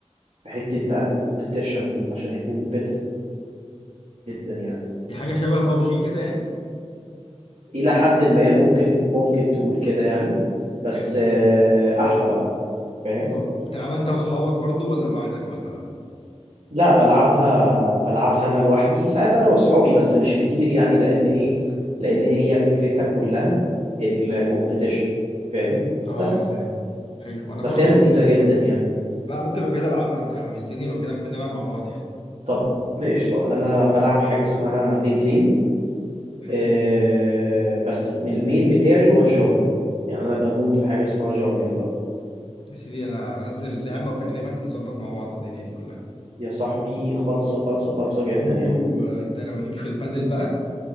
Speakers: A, on the right (about 65°); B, on the left (about 50°).
A: في حتة بقى الكومبيتيشن عشان هي كومبيتيتيف جدا يعني
B: دي حاجه شبه بابجي كده يعني
A: إلى حد ما ممكن ممكن تقول كده يعني بس
B: حلو
A: آه، أحلى بقى فاهم
B: و- وبتلعبها انت واصحابك برضو ولا لوحدك ولا
A: لا بلعبها بلعبها انا لوحدي ساعات انا واصحابي بس مش كتير يعني لان ايه لان هي فكرتها كلها الكومبيتيشن فاهم
B: اه
A: بس
B: يا فاهم حلو انا
A: بس
B: برضو
A: هي لذيذة جدا
B: آه،
A: يعني
B: لا ممكن لو كده العبها انت حمستني لو كده ممكن نلعب مع بعض يعني
A: طب قشطة انا بلعب حاجة اسمها ميد لين
B: حلو
A: آه بس من المين بتاعي هو الجونجل يعني انا بموت في حاجة اسمها جونجل بقى
B: يا سيدي انا انزل اللعبة واكلمك نظبط مع بعض الدنيا دي كلها
A: يا صاحبي خالصة خالصة خالصة
B: انا
A: جدا
B: برضو
A: يعني
B: آه، انت لو ليك في البادل بقى